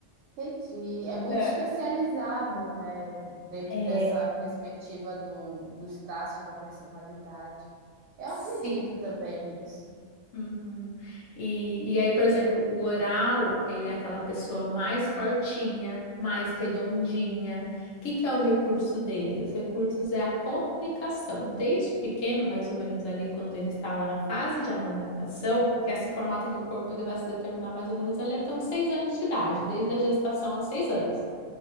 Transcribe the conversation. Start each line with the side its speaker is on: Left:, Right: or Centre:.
Right: Entendi. É muito
Left: É.
Right: especializado, né? Dentro
Left: É,
Right: dessa perspectiva do, dos traços da personalidade. Eu
Left: se
Right: acredito também nisso.
Left: Uhum. E, e aí, por exemplo, o oral, ele é aquela pessoa mais fortinha, mais redondinha. O que que é o recurso dele? Os recursos é a comunicação. Desde pequeno, mais ou menos ali quando ele estava na fase de amamentação, que esse formato do corpo ele vai se determinar mais ou menos ali até uns seis anos de idade, desde a gestação aos seis anos.